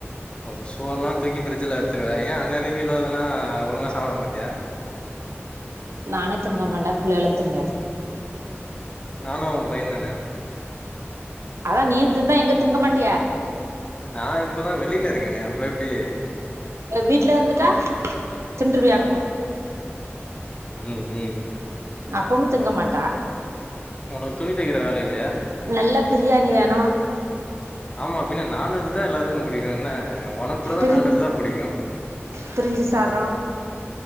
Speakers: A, on the left; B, on the right.
A: ஓ சோர் எல்லாம் தூக்கி ஃபிரிஜ்ல வச்சிருவே ஏன் அன்னனைக்கு உள்ளதெல்லா ஒழுங்கா சாப்ட மாட்டியா
B: நானே திங்கமட்ட பிள்ளேலு திங்காது
A: நானும் உன் பையன் தான
B: அதா நீதிருந்தா எங்க திங்க மாட்டிய
A: நா இப்பதா வெளில இருக்கேனே அப்ப எப்டி
B: வீட்டுல இருந்துட்டா தின்டுருவியாங்கு
A: ம் ம்
B: அப்பமு திங்க மாட்டா
A: உனக்கு துணி தைக்கிற வேலை இல்லையா
B: நல்லா பிரியாணி வேண்
A: ஆமா பின்ன நான்வெஜ் தா எல்லாருக்கு புடி ன்ன உனக்கு கூட தா
B: பிரி
A: நான்வெஜ் தா புடிக்கு
B: பிரிஞ்சு சாதம்